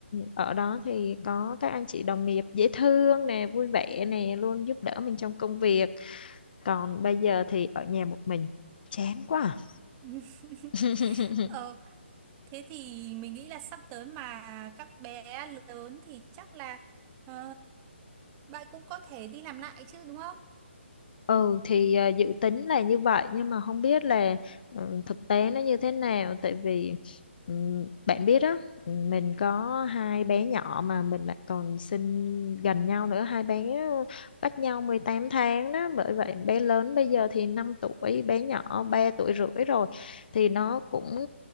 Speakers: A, on the left; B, on the right.
A: ở đó thì có các anh chị đồng nghiệp dễ thương nè vui vẻ nè luôn giúp đỡ mình trong công việc còn bây giờ thì ở nhà một mình chán quá à.
B: <laughs>
A: <laughs>
B: Ờ, Thế thì mình nghĩ là sắp tới mà các bé lớn thì chắc là ờ, bạn cũng có thể đi làm lại chứ đúng không?
A: Ừ thì à, dự tính là như vậy nhưng mà không biết là ừ, thực tế nó như thế nào tại vì ừ, bạn biết đó mình có hai bé nhỏ mà mình lại còn sinh gần nhau nữa hai bé cách nhau 18 tháng đó bởi vậy bé lớn bây giờ thì 5 tuổi bé nhỏ 3 tuổi rưỡi rồi thì nó cũng